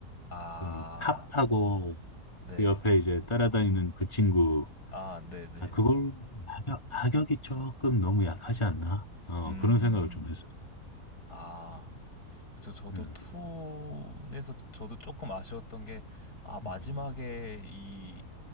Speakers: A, on the left (about 85°); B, on the left (about 15°).
A: 아,
B: 좀 탑하고
A: 네.
B: 그 옆에 이제 따라다니는 그 친구
A: 아, 네네.
B: 아, 그걸 악역, 악역이 조금 너무 약하지 않나? 어
A: 음,
B: 그런 생각을 좀 했었어.
A: 아. 그쵸. 저도
B: 음,
A: 투에서 저도 조금 아쉬웠던 게, 아, 마지막에
B: 음.
A: 이